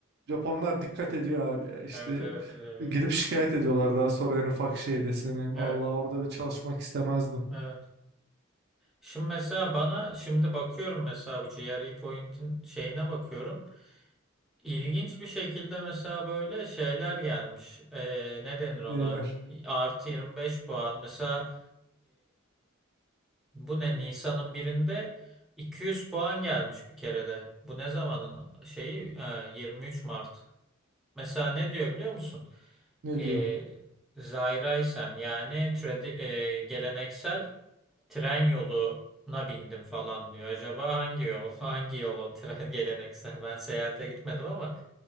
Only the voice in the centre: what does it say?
Evet, evet, evet, evet.
Evet,
evet.
evet. Şimdi mesela bana şimdi bakıyorum mesela bu GRE Point'in şeyine bakıyorum. İlginç bir şekilde mesela böyle şeyler gelmiş. Ee, ne denir ona?
Artı 25 puan. Mesela Bu ne? Nisan'ın birinde 200 puan gelmiş bir kerede. Bu ne zamanın şeyi? Ha, 23 Mart. Mesela ne diyor biliyor musun?
Ee,
Zairaysen yani tradi- e, geleneksel tren yoluna bindim falan diyor. Acaba hangi yol? <laughs> Hangi yol o tren <laughs> geleneksel? Ben seyahate gitmedim ama